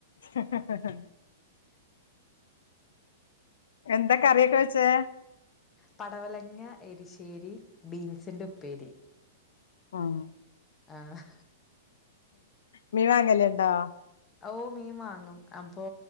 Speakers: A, on the left; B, on the left.
A: ഹ്ഹ്ഹ് എന്തൊ കറിയൊക്കെ വെചേ?
B: പടവലങ്ങ എരിശ്ശേരി, ബീൻസിന്റെ ഉപ്പേരി
A: ആഹ്
B: ആഹ്
A: മീ വാങ്ങൽ ഉണ്ടോ?
B: ഓ മീൻ വാങ്ങും അപ്പൊ